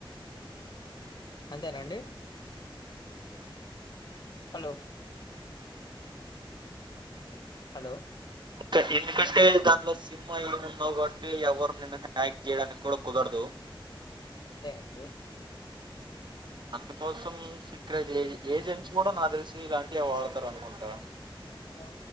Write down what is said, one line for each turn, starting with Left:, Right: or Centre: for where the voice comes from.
Left: అంతేనాండి. హలో హలో
Right: ఇ ఎందుకంటే దాంట్లో సినిమా ఏమూ ఉన్నావు కాబట్టి అంటే ఎవరు నిన్ను హ్యాక్ చేయడానికి కూడా కుదరదు.
Left: అంతే గా అండి.
Right: అందుకోసం సిక్రెట్ ఎ ఏజెంట్స్ కూడా నాకు తెలిసి ఇలాంటివి వాడతారు అనుకుంటా.
Left: ఎక్కడా?